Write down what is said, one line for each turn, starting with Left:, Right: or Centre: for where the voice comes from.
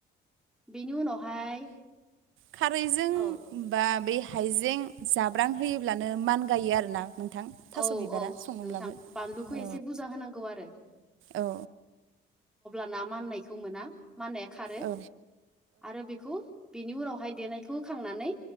Centre: बेनि उनावहाय
Right: खारैजों
Centre: औ
Right: बा बे हाइजें जाब्रां होयोब्लानो मान गायो आरोना नोंथां थास'
Centre: औ
Right: बिबारा
Centre: औ
Right: सङोब्लाबो
Centre: नोंथां बानलुखौ
Right: औ
Centre: एसे बुरजा होनांगौ आरो।
Right: औ।
Centre: ना मनायखौ मोना मनाय खारो
Right: औ
Centre: आरो बेखौनि उनावहाय दे होखांनानै